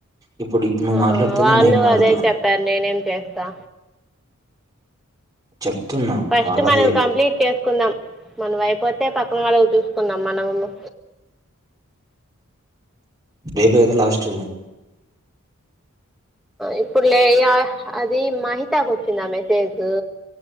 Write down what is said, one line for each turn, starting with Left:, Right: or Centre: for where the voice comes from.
Right: ఇప్పుడు ఇప్పుడు నువ్వు
Centre: ఆ
Right: మాట్లాడితేనే
Centre: వాళ్ళు
Right: నైట్ మాట్లాడతా
Centre: అదే చెప్పారు నేనేం చేస్తా
Right: చెప్తున్నా
Centre: ఫస్ట్
Right: వాళ్ళది
Centre: మనం కంప్లీట్ చేసుకుందాం మనం అయిపోతే పక్క క్క వాళ్ళ చూసుకుందాం మనము
Right: రేపుకిదా లాస్ట్
Centre: ఇప్పుడు లే అది మహితాకి వచ్చిందా మెసేజ్